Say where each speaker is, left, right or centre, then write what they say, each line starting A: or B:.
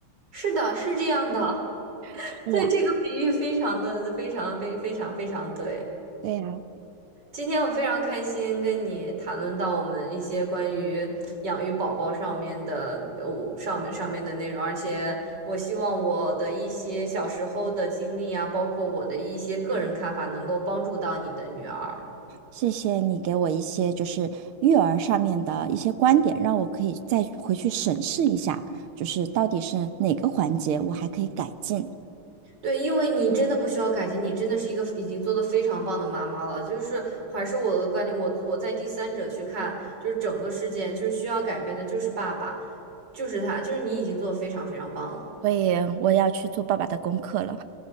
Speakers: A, on the right; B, on the right.
A: 是的，是这样的。
B: 对呀，
A: 对，这个比喻非常的非常非非常非常对。
B: 对呀，
A: 今天我非常开心跟你谈论到我们一些关于养育宝宝上面的，呃，上面上面的内容，而且我希望我的一些小时候的经历啊，包括我的一些个人看法，能够帮助到你的女儿。
B: 谢谢你给我一些就是育儿上面的一些观点，让我可以再回去审视一下，就是到底是哪个环节我还可以改进。
A: 对，因为你真的不需要感激，你真的是一个已经做的非常棒的妈妈了。就是还是我的观点，我我在第三者去看，就是整个事件，就是需要改变的就是爸爸，就是他，就是你已经做得非常非常棒了。
B: 所以我要去做爸爸的功课了。